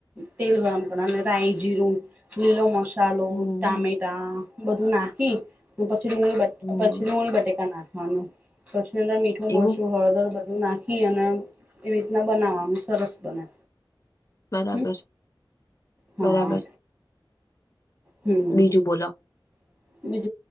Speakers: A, on the right; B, on the left.
A: તેલ ગરમ કરવા રાય જીરું લીલો મસ મસાલો
B: હમ
A: ટામેટા બધું નાખી પછી ડુંગળી
B: હમ
A: પછી ડુંગળી બટેકા નાખી હનું ખ મીઠો મરસું
B: એવું
A: હળદર નાખી અને એવી રીતના બનાવાનું સરસ બને
B: બરાબર
A: હમ હા
B: બરાબર
A: હમ
B: બીજું બોલો
A: <inaudible>